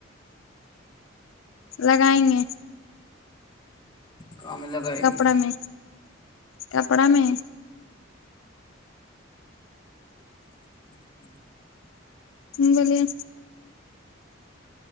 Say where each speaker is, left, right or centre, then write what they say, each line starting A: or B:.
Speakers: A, on the left; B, on the left.
A: لگائیں گے
B: کام میں لگائے
A: کپڑا
B: گی
A: میں کپڑا میں
B: <inaudible>
A: بولیے